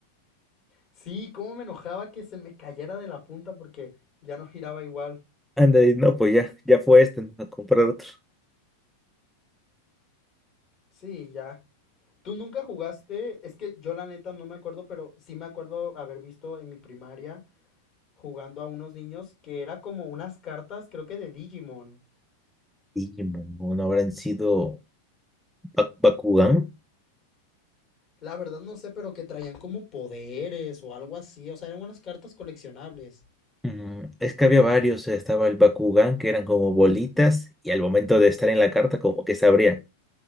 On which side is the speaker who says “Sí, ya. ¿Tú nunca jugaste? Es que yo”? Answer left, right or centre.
Left